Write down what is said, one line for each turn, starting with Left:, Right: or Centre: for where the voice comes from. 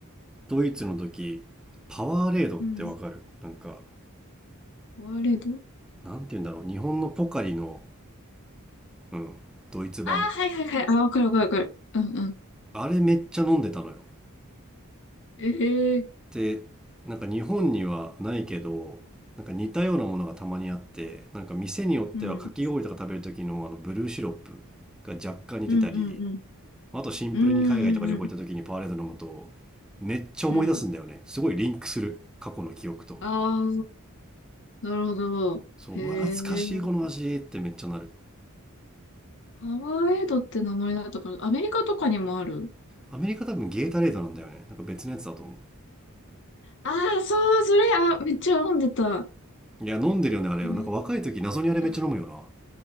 Centre: ドイツの時、パワーレードってわかるなんか、
Left: うん。ワレド。
Centre: なんて言うんだろう。日本のポカリの、うん、ドイツ版。
Left: ああ、はいはいはい。ああ、わかるわかるわかる。うんうん。
Centre: あれめっちゃ飲んでたのよ。
Left: ええ
Centre: で、なんか日本にはないけど、なんか似たようなものがたまにあって、なんか店によってはかき氷とか食べる時のあのブルーシロップが若干似てたり、
Left: うん。うんうんうん。
Centre: あとシンプルに海外とか旅行行った時にパワーレード飲むと、
Left: うんうんうん。
Centre: めっちゃ思い出すんだよね。
Left: うん。
Centre: すごいリンクする。過去の記憶と。
Left: ああ、なるほど。
Centre: そう、
Left: へえ。
Centre: うわ、懐かしいこの味ってめっちゃなる。
Left: パワーエイドって名前だったから、アメリカとかにもある。
Centre: アメリカ多分ゲータレードなんだよね。なんか別のやつだと思
Left: ああ、そう、それ、あ、めっちゃ飲んでた。
Centre: う。いや、飲んでるよね、あれよ。
Left: アメリカの。
Centre: なんか若い時謎にあれめっちゃ飲むよな。
Left: うん、